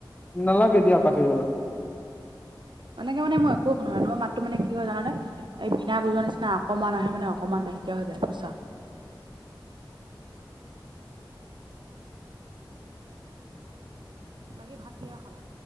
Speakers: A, on the left (about 20°); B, on the right (about 70°).
A: নালাগে দিয়া কাটিবলে।
B: এনেকে মানে মই একো শুনো নাই, তোমাৰ মাতটো মানে কি হয় জানানে? এই বিনা বজোৱাৰ নিচিনা অকমান আহে মানে অকনমান নাইকিয়া হৈ যায় বুইছা? বাকী ভাত কিহে খালা?